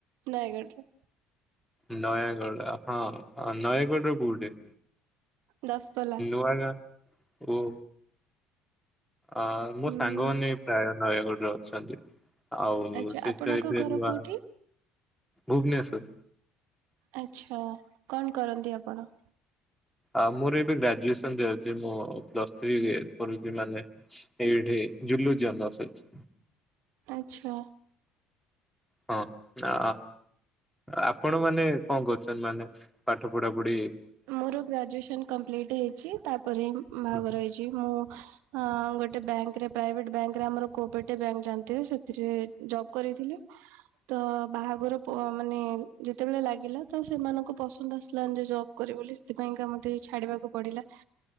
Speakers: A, on the right (about 70°); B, in the centre.
A: ନୟାଗଡ଼ରେ।
B: ନୟାଗଡ଼ ଆପଣ ନୟାଗଡ଼ ର କୋଉଠେ?
A: ଦଶପଲ୍ଲା
B: ନୂଆ ଗାଁ ଓ ଅ ମୋ
A: ହୁଁ
B: ସାଙ୍ଗମାନେ ପ୍ରାୟ ନୟାଗଡରେ ଅଛନ୍ତି। ଆଉ
A: ଆଚ୍ଛା
B: ସେଟ
A: ଆପଣଙ୍କ
B: ଏବେ
A: ଘର
B: ନୂଆ
A: କୋଉଠି?
B: ଭୁବନେଶ୍ଵର।
A: ଆଛା କଣ କରନ୍ତି ଆପଣ?
B: ଆ ମୋର ଏବେ ଗ୍ରାଜୁଏସନରେ ଅଛି ମୁଁ ପ୍ଲସ ଥ୍ରୀ କରୁଛି ମାନେ ଏଇଠି ଜୁଲଜୀ ହୋନର ଅଛି।
A: ଆଛା।
B: ହଁ। ଆ ଆପଣ ମାନେ କଣ କରୁଛନ୍ତି ମାନେ ପାଠ ପଢାପଢି?
A: ମୋର ଗ୍ରାଜୁଏସନ କମ୍ପ୍ଲିଟ ହେଇଛି ତାପରେ ବାହାଘର
B: ହଁ
A: ହେଇଛି ମୁଁ ହଁ ଗୋଟେ ବ୍ୟାଙ୍କରେ ପ୍ରାଇଭେଟ ବ୍ୟାଙ୍କ ରେ ଆମର କୋପେଟ ବ୍ୟାଙ୍କ ଜାଣିଥିବେ ସେଥିରେ ଜବ୍ କରିଥିଲି। ତ ବାହାଘର ମାନେ ଯେତେବେଳେ ଲାଗିଲା ତ ସେମାନଙ୍କୁ ପସନ୍ଦ ଆସିଲାନି ଯେ ଜବ କରେ ବୋଲି ସେଥିପାଇଁକା ମତେ ଛାଡିବାକୁ ପଡିଲା